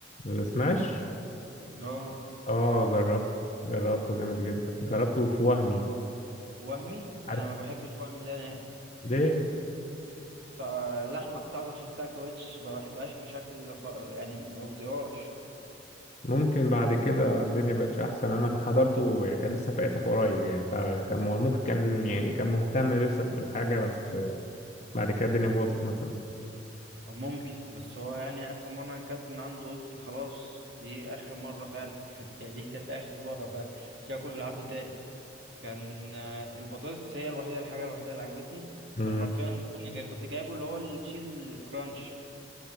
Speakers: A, on the left; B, on the right.
A: السماش
B: اه
A: اه جربته جربته جامد جدا جربته في وهمي
B: طب وهمي
A: عارف
B: انا ما بحبش وهمي ده نهائي
A: ليه
B: ص- اللحمه بتاعته تحسها كاوتش ما بحبهاش بشكل خ... يعني ما بطيقهاش
A: ممكن بعد كده الدنيا بقتش احسن انا حضرته كان لسه فاتح قريب يعني فكان مه- ممكن كان يعني كان مهتم لسه بالحاجه بس بعد كده الدنيا باظت مثلا
B: ممكن بس هو يعني اخر مره اكلت من عنده قلت خلاص دي اخر مره فعلا <laughs> يعني دي كانت اخر مره فعلا مش هاكل من عنده تاني كان آه، البطاطس هي الوحيده الحاجه الوحيده اللي عجبتني
A: امم
B: كنا حرفيا كنا جاي كنت جايبه اللي هو التشيز الكرانش